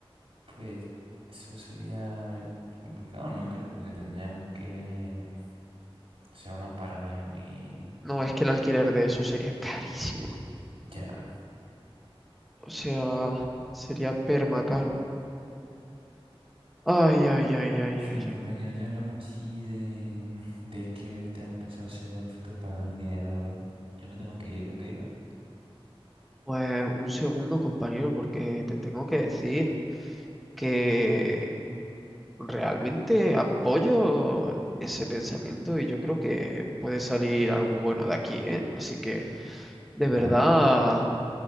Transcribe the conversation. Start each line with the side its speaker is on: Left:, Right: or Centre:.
Right: pues eso sería complicado, ¿no crees? Porque tendríamos que hacer una paranoia muy...
Centre: No, es que el alquiler de eso sería carísimo.
Right: Ya.
Centre: O sea, sería perma caro. Ay, ay, ay, ay,
Right: En fin,
Centre: ay,
Right: compañero
Centre: ay.
Right: ya hablamos así de, de que tenemos pensado hacer en el futuro para ganar dinero, ¿no? Yo me tengo que ir, ¿ok, Iván?
Centre: Pues un segundo, compañero, porque te tengo que decir que Realmente apoyo ese pensamiento y yo creo que puede salir algo bueno de aquí, ¿eh? Así que de
Right: Ya,
Centre: verdad